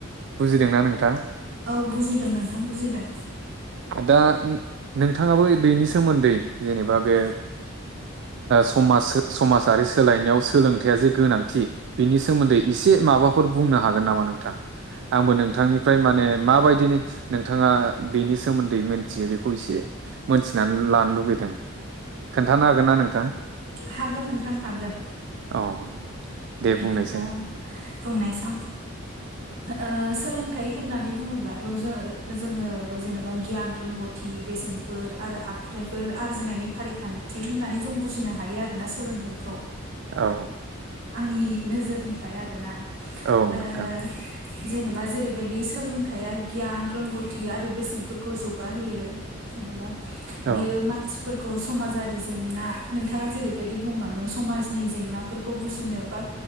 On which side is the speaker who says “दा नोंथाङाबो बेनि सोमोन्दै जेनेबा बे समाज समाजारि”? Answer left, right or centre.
Right